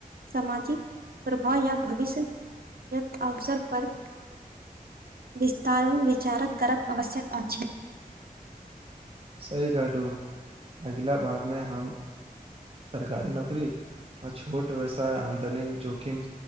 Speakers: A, on the right; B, on the right.
A: सामाजिक प्रभाव या भविष्यके अवसर पर विस्तार विचारक करब आवश्यक अछि
B: सही कहलहु अगिला भाग मे हम सरकारी नौकरी आ छोट व्यवसाय आमदनी जोखिम